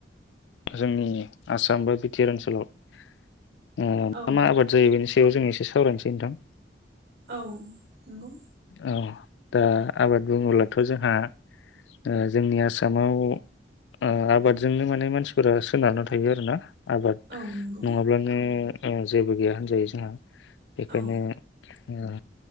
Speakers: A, on the left; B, on the right.
A: जोंनि आसाम बा बि टि आर ओनसोलाव ओ मा
B: औ
A: मा आबाद जायो बेनि बेयाव जों एसे सावरायनोसै नोंथां।
B: औ नंगौ
A: औ दा आबाद बुङोब्लाथ' जोंहा ओ जोंनि आसामाव ओ आबादजोंनो माने मानसिफोरा सोनारना थायो आरोना। आबाद
B: औ नंगौ
A: नङाब्लानो ओ जेबो गैया होनजायो जोंहा। बेखायनो
B: औ
A: ओ